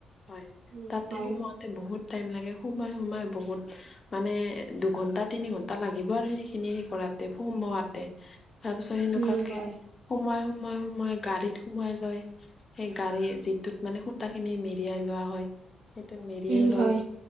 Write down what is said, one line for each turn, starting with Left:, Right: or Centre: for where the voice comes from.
Left: হয়
Right: উম
Left: তাতে
Right: হয়
Left: সোমাওঁতে বহুত টাইম লাগে, সোমাই সোমাই বহুত মানে দুঘন্টা তিনি ঘন্টা লাগিব আৰু সেইখিনি কৰাতে, সোমোৱাওঁতে তাৰ পিছত সেনেকুৱাকে
Right: উম হয়
Left: সোমোৱাই সুমুৱাই গাড়ীত সুমুমাই লয়, সেই গাড়ী যিটোত মানে সূতা খিনি মেৰিয়াই লোৱা হয় সেইটোত মেৰিয়াই
Right: উম
Left: লৈ
Right: হয়